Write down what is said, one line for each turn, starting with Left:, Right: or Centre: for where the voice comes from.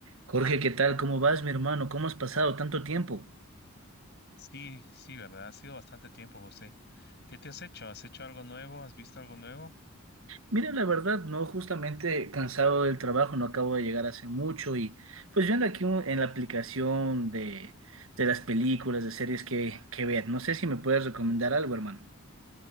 Right: Jorge, ¿qué tal? ¿Cómo vas, mi hermano? ¿Cómo has pasado tanto tiempo?
Left: Sí, sí, ¿verdad? Ha sido bastante tiempo, José. ¿Qué te has hecho? ¿Has hecho algo nuevo? ¿Has visto algo nuevo?
Right: Mira, la verdad, no, justamente cansado del trabajo, no acabo de llegar hace mucho y pues viendo aquí un- en la aplicación de, de las películas, de series que, que ver, no sé si me puedes recomendar algo, hermano.